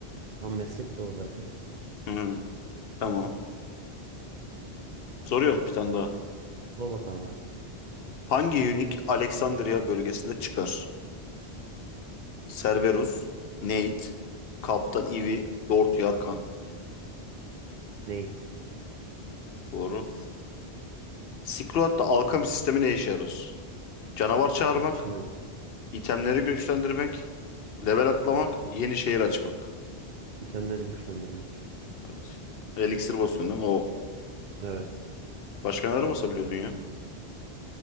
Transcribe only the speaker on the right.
tam meslek de o zaten.
Sor bakalım hadi.
Nate,
alchemy,
itemleri güçlendirmek.
Evet.